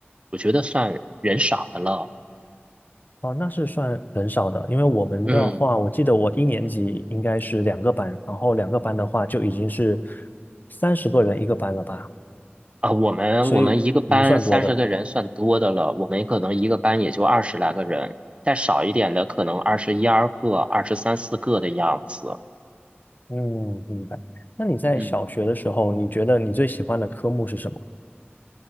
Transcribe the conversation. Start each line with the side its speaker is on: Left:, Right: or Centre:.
Right: 我觉得算人少的了，
Left: 哦，那是算很少的，因为我们的话，
Right: 嗯。
Left: 我记得我一年级应该是两个班，然后两个班的话就已经是三十个人一个班了吧，
Right: 啊，我们我们一个班三十个人算多的了，
Left: 所以我们算多的。
Right: 我们可能一个班也就二十来个人，再少一点的可能二十一二个、二十三四个的样子。
Left: 嗯，明白。那你在小学的时候，
Right: 嗯，
Left: 你觉得你最喜欢的科目是什么？